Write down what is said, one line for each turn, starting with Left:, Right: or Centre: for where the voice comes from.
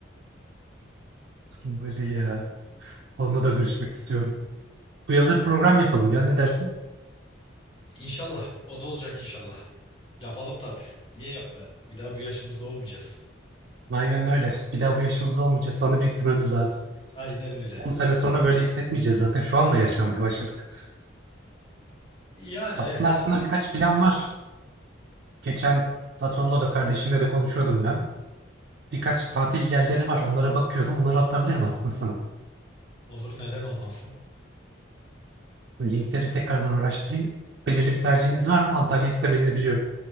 Right: Böyle ya. Onunla da görüşmek istiyorum. Bu yaza bir program yapalım ya ne dersin?
Left: İnşallah. O da olacak inşallah. Yapalım tabii. Niye yapmayalım? Bir daha bu yaşımızda olmayacağız.
Right: Aynen öyle. Bir daha bu yaşımızda olmayacağız. Sana biriktirmemiz lazım.
Left: Aynen öyle.
Right: 10 sene sonra böyle hissetmeyeceğiz zaten. Şu anda yaşlanmaya başladık.
Left: Yani
Right: Aslında
Left: evet.
Right: aklımda birkaç plan var. Geçen Tatoğlu'la da kardeşinle de konuşuyordum ben. Birkaç tatil yerleri var. Onlara bakıyordum. Onları atabilirim aslında sana.
Left: Olur neden olmasın?
Right: Linkleri tekrardan araştırayım. Belirli bir tercihiniz var mı? Antalya'yı istemediğini biliyorum.